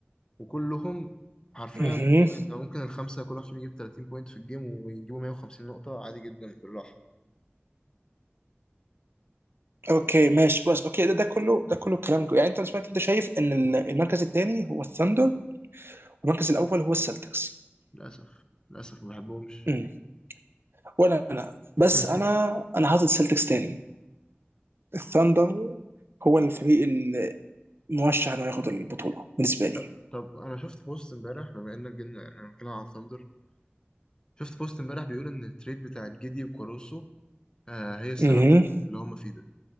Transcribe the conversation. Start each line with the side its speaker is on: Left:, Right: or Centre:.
Left: وكلهم حرفيا
Right: مهم.
Left: مو انت ممكن الخمسة كل واحد فيهم يجيب 30 بوينت في الجيم ويجيبوا 150 نقطة عادي جدا بالراحة
Right: اوكي ماشي بس اوكي ده ده كله ده كله كلام جو- يعني انت بالنسبه لك انت شايف ان ال- المركز الثاني هو الثاندر والمركز الاول هو السلتكس
Left: للأسف للأسف ما بحبهمش
Right: مم. ولا انا بس
Left: <laughs>
Right: انا انا حاطط السلتكس ثاني الثاندر هو الفريق المرشح انه ياخد البطوله بالنسبه لي
Left: طب طب انا شفت بوست امبارح بما انك جبنا يعني انا بتكلم على ثاندر شفت بوست امبارح بيقول ان التريد بتاع الجدي وكاروسو آه هي السبب
Right: مهم.
Left: في في اللي هم فيه ده